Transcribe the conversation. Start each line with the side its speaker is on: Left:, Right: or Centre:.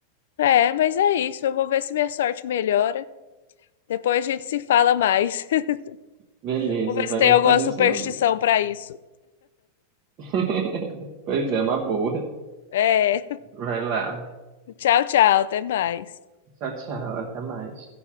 Left: É, mas é isso. Eu vou ver se minha sorte melhora. Depois a gente se fala mais. <laughs>
Right: Beleza,
Left: Vou ver
Right: vai
Left: se tem
Right: me
Left: alguma
Right: atualizando.
Left: superstição pra isso.
Right: <laughs> Pois é, é uma boa.
Left: É.
Right: Vai lá.
Left: <laughs> Tchau, tchau. Até mais.
Right: Tchau, tchau, até mais.